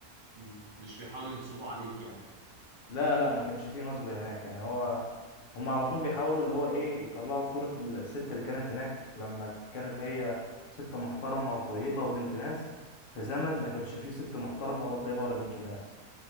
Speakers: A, on the right; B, on the left.
A: م- مش بيحاولوا ينصبوا عليك يعني
B: لا لا ما كانش فيه نصب هناك يعني هو هم على طول بيحاولوا اللي هو ايه يطلعوا صورة ال- الست اللي كانت هناك لما كانت هي ست محترمة وطيبة وبنت ناس في زمن
A: امم
B: ما كانش فيه ست محترمة ولا طيبة ولا بنت ناس